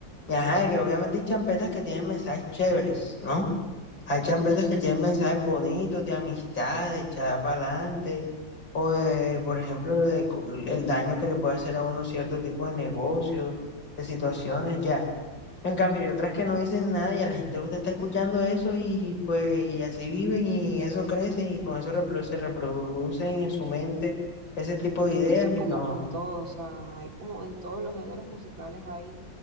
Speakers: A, on the left; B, on the right.
A: de, ajá, de que obviamente hay champetas que tienen mensajes chéveres, ¿no? Hay champetas
B: Ujú,
A: que tienen mensajes bonitos, de amistad, de echar para adelante, o de, por ejemplo, de cu- el daño que le puede hacer a uno cierto tipo de negocios, de situaciones, ya. En
B: ujú.
A: cambio, hay otras que no dicen nada y a la gente le gusta estar escuchando eso y pues y así viven y eso crecen y con eso repro- se reproducen en su mente ese tipo de
B: Es
A: ideas
B: que eso es
A: y
B: como
A: no.
B: con todo, o sea, hay como en todos los géneros musicales hay